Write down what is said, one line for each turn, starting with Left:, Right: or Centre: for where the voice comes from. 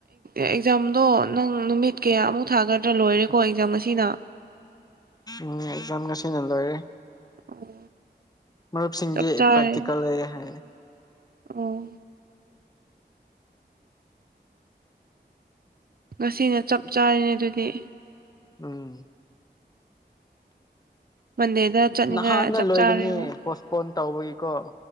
Right: ꯑꯦꯛꯖꯥꯝꯗꯣ ꯅꯪ ꯅꯨꯃꯤꯠ ꯀꯌꯥꯃꯨꯛ ꯊꯥꯒꯗ꯭ꯔꯥ ꯂꯣꯏꯔꯦꯀꯣ ꯑꯦꯛꯖꯥꯝ ꯉꯁꯤꯅ
Left: ꯎꯝ ꯑꯦꯖꯥꯝ ꯉꯥꯁꯤꯅ ꯂꯣꯏꯔꯦ
Right: ꯑꯣ
Left: ꯃꯔꯨꯞꯁꯤꯡꯗꯤ
Right: ꯆꯞ ꯆꯥꯔꯦꯅꯦ
Left: ꯄ꯭ꯔꯦꯛꯇꯤꯀꯦꯜ ꯂꯩꯌꯦ ꯍꯥꯏꯌꯦ
Right: ꯑꯣ ꯉꯁꯤꯅ ꯆꯞ ꯆꯥꯔꯦꯅꯦ ꯑꯗꯨꯗꯤ
Left: ꯎꯝ
Right: ꯃꯟꯗꯦꯗ ꯆꯠꯅꯤꯡꯉꯥꯏ
Left: ꯅꯍꯥꯟꯅ
Right: ꯆꯞ
Left: ꯂꯣꯏꯒꯅꯤ
Right: ꯆꯥꯔꯦꯕ
Left: ꯄꯣꯁꯄꯣꯟ ꯇꯧꯕꯩꯏꯀꯣ